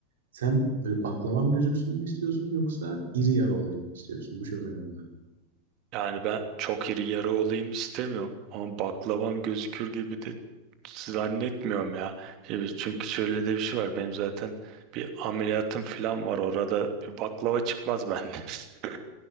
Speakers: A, on the right; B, on the right.
A: Sen böyle baklavam gözüksün mü istiyorsun yoksa iri yarı olayım mı istiyorsun? Bu çok önemli.
B: Yani ben çok iri yarı olayım istemiyorum ama baklavam gözükür gibi de zannetmiyorum ya. Şimdi çünkü şöyle de bir şey var. Benim zaten bir ameliyatım falan var. Orada bir baklava çıkmaz bende. <laughs>